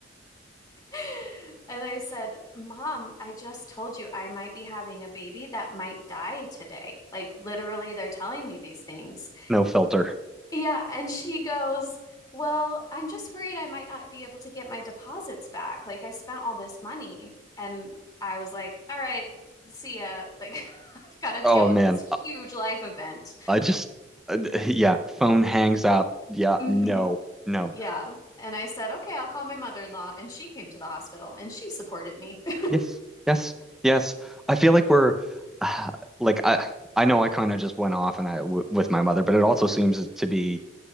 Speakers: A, on the left; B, in the centre.
A: <laughs> and I said, Mom, I just told you I might be having a baby that might die today. Like, literally, they're telling me these things.
B: No filter.
A: Yeah, and she goes, "Well, I'm just worried I might not be able to get my deposits back. Like I spent all this money." And I was like, "All right, see ya. Like <laughs> I've got to deal
B: Oh,
A: with
B: man.
A: this huge
B: I
A: life event."
B: I just, uh, <laughs> yeah, phone hangs up. Yeah,
A: hmm
B: no, no.
A: Yeah. And I said, "Okay, I'll call my mother-in-law." And she came to the hospital and she supported me. <laughs>
B: Yes, yes, yes. I feel like we're, <sighs> uh, like, I, I know I kind of just went off and I w with my mother, but it also seems to be